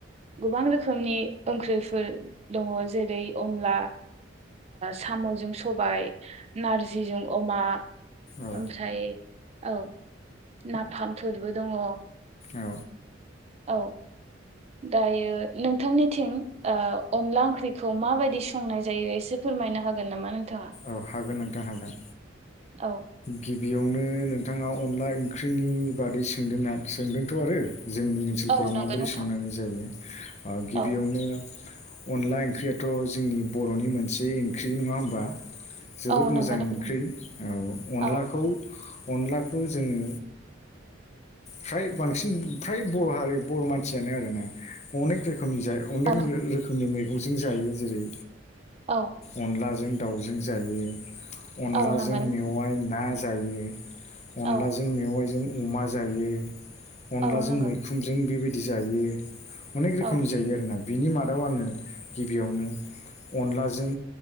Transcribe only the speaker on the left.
औ
औ
औ हागोन नोंथां हागोन
गिबियावनो नोंथाङाव अनला ओंख्रिनि बादै सोंदोंना सोंदोंथ' आरो जोंनि ओनसोलफोराव
माबोरै
संनानै जायो गिबियावनो
अनला ओंख्रियाथ' जोंनि बर'नि मोनसे ओंख्रि नङा होमबा। जोबोद
मोजां
ओंख्रि औ अनलाखौ
अनलाखौ जोङो फ्राय बांसिन फ्राय बर' हारि बर' मानसियानो आरोना अनेक रोखोमनि अनेक
रोखोमनि मैगंजों जायो जेरै
अनलाजों दाउजों जायो अनलाजों
मेवाय ना जायो' अनलाजों
मेवाइजों अमा जायो अनलाजों
मैखुनजों बेबायदि बिदि जायो अनेक रोखोमनि
जायो आरो ना। बिनि मादाव आङो गिबियावनो अनलाजों